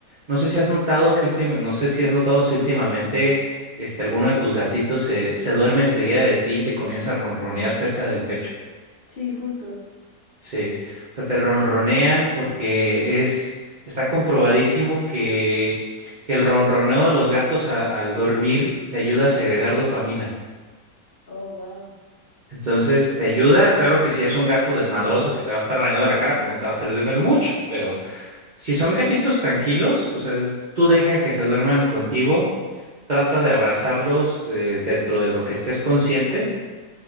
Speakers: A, on the right; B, on the left.
A: no sé si has notado que últim- no sé si has notado si últimamente este, alguno de tus gatitos se, se duerme enseguida de ti y te comienza a ronronear cerca del pecho.
B: Sí, justo.
A: Sí, o sea, te ronronean porque es, está comprobadísimo que, que el ronroneo de los gatos a- al dormir te ayuda a segregar dopamina.
B: Oh, wow.
A: Entonces, te ayuda, claro que si es un gato desmadroso que te va a estar arañando la cara, pues no te va a servir de mucho, pero si son gatitos tranquilos, o sea, es- tú deja que se duerman contigo, trata de abrazarlos eh, dentro de lo que estés consciente,